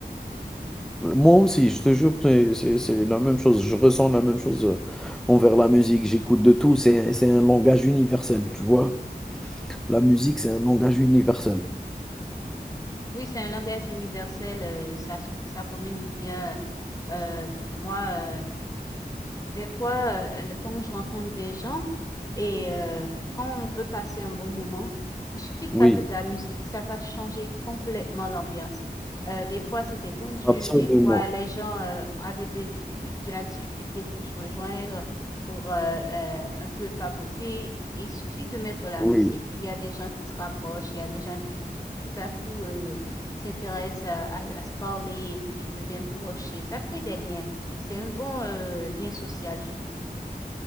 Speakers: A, in the centre; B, on the left (about 20°).
A: Moi aussi, je te jure, c'est c'est- c'est la même chose. Je ressens la même chose euh, envers la musique. J'écoute de tout. C'est, c'est un langage universel, tu vois. La musique, c'est un langage universel.
B: Oui, c'est un langage universel, euh, ça, ça communique bien. Euh, moi, euh, Des fois, euh, le- quand je rencontre des gens et euh, quand on veut passer un bon moment, il suffit de passer
A: Oui,
B: de la musique, ça va changer complètement l'ambiance. Euh, des fois, c'était tendu,
A: absolument.
B: des fois, les gens euh, avaient des difficult- de la difficulté pour se rejoindre, pour euh, euh, un peu papoter. Et il suffit de mettre la
A: Oui.
B: musique. Il y a des gens qui se rapprochent, il y a des gens qui, tout à coup, euh, s'intéressent à, à à se parler et puis deviennent proches. Et ça crée des liens. C'est un bon euh, lien social, je trouve.